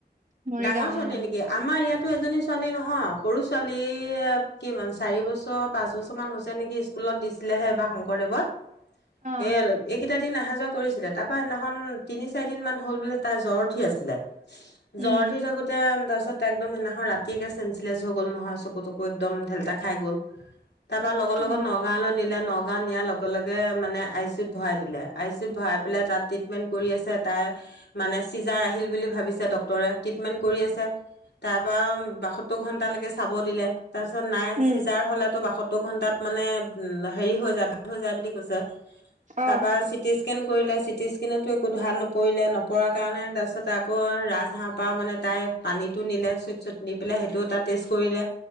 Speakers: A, on the right; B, on the left.
A: মৰিগাঁও
B: ডাঙৰ ছোৱালী
A: উম
B: নেকি, আমাৰ ইয়াত এজনী ছোৱালী নহয়, সৰু ছোৱালী এ কিন্তু চাৰি বছৰ পাঁচ বছৰ মান হৈছে নেকি, স্কুল লত দিছিলেহে এইবাৰ শংকৰদেৱত।
A: অ
B: সেইয়া, এইকেইটা দিন অহা যোৱা কৰিছিলে, তাৰপৰা সিদিনাখন তিনি চাৰি দিন মান হ'ল বোলে তাই জ্বৰ উঠি আছিলে,
A: উম
B: জ্বৰ উঠি থাকোতে আৰু তাৰ তাৰপিছত তাই একদম সেইদিনাখন ৰাতি একেবাৰে চেঞ্চলেছ হৈ গ'ল নহয়, চকু তকু একদম ঢেলটা খাই গ'ল। তাৰপৰা লগৰ লগত
A: অ
B: নগাঁৱলৈ নিলে, নগাঁও নিয়াৰ লগে লগে মানে আই চি ইউত ভৰাই দিলে, আই চি ইউত ভৰাই লে, তাত ট্ৰিটমেণ্ট কৰি আছে, তাই মানে চিজাৰ আহিল বুলি ভাবিছে ডক টৰে ট্ৰিটমেন্ট কৰি আছে, তাৰপৰা আৰু বাসত্তৰ ঘন্টালৈকে চাব দিলে, তাৰপিছত নাই,
A: উম
B: চিজাৰ হ'লেতো বাসত্ ত্তৰ ঘণ্টাত মানে হেৰি হৈ যায়, ভাল হৈ যায় বুলি কৈছে, তাৰপৰা
A: অ
B: চিটিস্কেন কৰিলে, চিটি স্কেনতো একো ধৰা নপৰিলে, নপৰাৰ কাৰণে তাৰপিছতে আকৌ ৰাজহাড় ত পৰা মানে তাই পানীতটো নিলে চুইট ছইট নি পেলাই সেইটোও এটা টেষ্ট কৰিলে